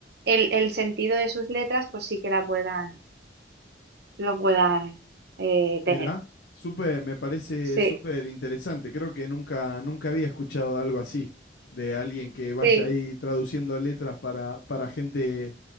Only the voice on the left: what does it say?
Mirá,
súper, me parece
súper interesante. Creo que nunca, nunca había escuchado algo así, de alguien que vaya
ahí traduciendo letras para, para gente